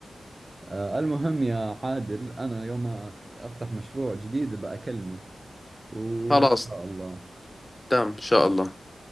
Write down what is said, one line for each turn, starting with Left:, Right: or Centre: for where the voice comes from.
Right: آه، المهم يا عادل انا يوم أك- افتح مشروع جديد بأكلمك وان
Left: خلاص
Right: شاء الله
Left: تمام ان شاء الله